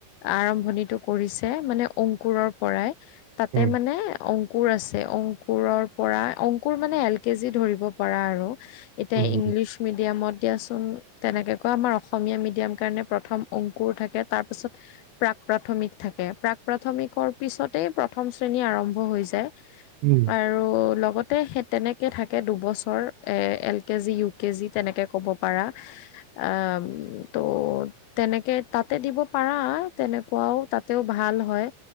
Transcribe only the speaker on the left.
আৰম্ভণিটো কৰিছে মানে অংকুৰৰ পৰাই তাতে
মানে অং অংকুৰ আছে অংকুৰৰ পৰা অংকুৰ মানে এল কে জি ধৰিব পাৰা আৰু। এতিয়া
ইংলিছ মেডিয়ামত দিয়াচোন তেনেকে কৈ আমাৰ অসমীয়া মেডিয়াম কাৰণে প্ৰথম অংকুৰ থাকে তাৰপাছত প্ৰাক প্ৰাথমিক থাকে প্ৰাক প্ৰাথমিকৰ পিছতেই প্ৰথম শ্ৰেণী আৰম্ভ হৈ যায়।
আৰু লগতে সেই তেনেকে থাকে দুবছৰ এ L K G U K G তেনেকে ক'ব পাৰা। আ উম ত' তেনেকে তাতে দিব পাৰা তেনেকুৱাও তাতেও ভাল হয়।